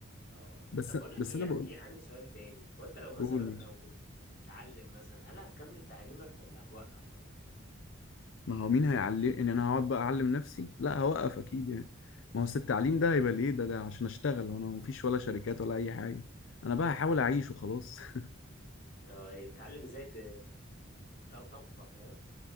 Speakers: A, on the left (about 50°); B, on the left (about 65°).
A: اه
B: بس
A: طب بقول لك
B: بس
A: ايه
B: انا
A: عندي
B: بقول
A: عندي سؤال تاني وانت لو مثلا
B: قول
A: لو
B: ماشي.
A: بتتعلم مثلا هل هتكمل تعليمك ولا هتوقف ولا
B: ما هو مين هيعلم ان انا هقعد بقى اعلم نفسي لا هوقف اكيد يعني ما هو أصل التعليم ده هيبقى ليه ده لا عشان اشتغل وانا مفيش ولا شركات ولا اي حاجة انا بقى هحاول اعيش وخلاص <laughs>
A: اه يعني بتتعلم ازاي ت- ت- تبقى فاهم